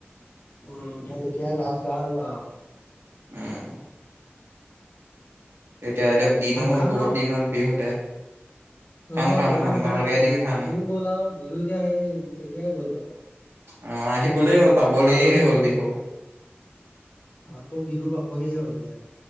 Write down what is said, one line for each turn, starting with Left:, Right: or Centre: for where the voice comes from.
Left: উম ম তেতিয়া লাষ্ট গাৱে পা
Right: উম। এতিয়া এতিয়া দিনো
Left: উম
Right: হ'ল
Left: খাম
Right: বহুত
Left: ৰ
Right: দিন হ'ল বিহুতে খাম
Left: অ'
Right: খাম
Left: কিবা এটা
Right: খাম
Left: মিলা
Right: ভালকে এদিন খাম
Left: বিজু গ'ল আৰু বিজু এতিয়া সেই তেতিয়াই গ'ল দেখোন
Right: আহ আহিবলৈ হ'ল পাবলৈহে
Left: বহাগতে গ'ল
Right: হ'ল বিহু
Left: আকৌ বিহু পাবহিয়ে হ'ল। দিয়া